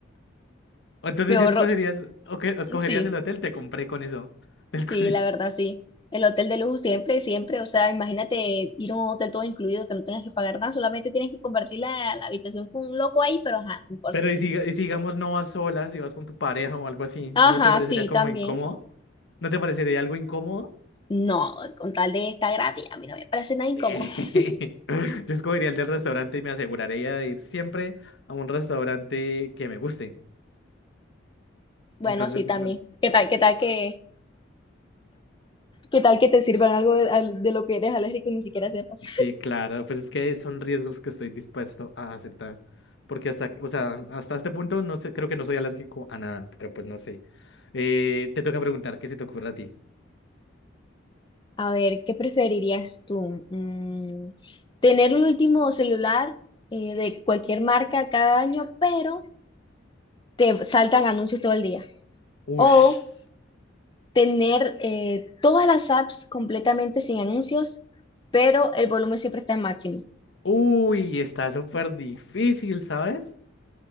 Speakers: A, on the left; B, on the left.
A: Entonces,
B: Me ahorro.
A: si escogerías, o que escogerías
B: Sí,
A: el hotel, te compré con eso. <laughs> del
B: sí,
A: cosi-
B: la verdad, sí. El hotel de lujo siempre, siempre. O sea, imagínate ir a un hotel todo incluido que no tengas que pagar nada, solamente tienes que compartir la, la habitación con un loco ahí, pero ajá, no importa.
A: Pero y si, y si, digamos, no vas sola, si vas con tu pareja o algo así,
B: Ajá,
A: ¿no te parecería
B: sí,
A: como
B: también.
A: incómodo? ¿No te parecería algo incómodo?
B: No, con tal de estar gratis, a mí no me parece nada incómodo.
A: <laughs>
B: <laughs>
A: Yo escogería el del restaurante y me aseguraría de ir siempre a un restaurante que me guste.
B: Bueno,
A: Entonces,
B: sí, también.
A: bueno,
B: ¿Qué tal, qué tal que ¿Qué tal que te sirvan algo de, al- de lo que eres alérgico y ni siquiera sepas?
A: Sí, claro, pues es que son riesgos que estoy dispuesto a aceptar, porque hasta, que- o sea, hasta este punto no sé, creo que no soy alérgico a nada, pero pues no sé. Eh, te toca preguntar, ¿qué se te ocurre a ti?
B: A ver, ¿qué preferirías tú? Mm, tener el último celular eh, de cualquier marca cada año, pero te saltan anuncios todo el día.
A: Ush.
B: O tener eh, todas las apps completamente sin anuncios, pero el volumen siempre está en máximo.
A: Uy, está súper difícil, ¿sabes?